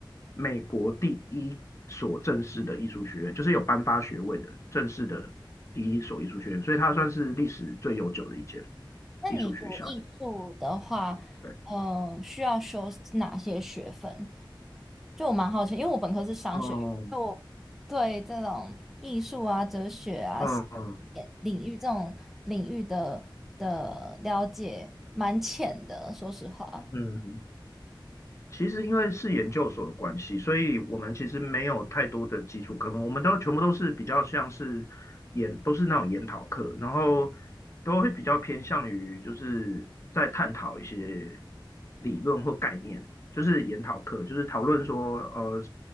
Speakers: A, on the left; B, in the centre.
A: 美国第一所正式的艺术学院，就是有颁发学位的正式的第一所艺术学院，所以它算是历史最悠久的一间
B: 那你读艺术的话，
A: 艺术学校。对，
B: 呃，需要修哪些学分？就我蛮好奇，因为我本科是商学院，
A: 哦，
B: 就我对这种艺术啊、哲学啊
A: 嗯。
B: 领领域这种领域的的了解蛮浅的，说实话，
A: 嗯，其实因为是研究所的关系，所以我们其实没有太多的基础科目，我们都全部都是比较像是研，都是那种研讨课，然后都会比较偏向于就是在探讨一些理论或概念，就是研讨课，就是讨论说呃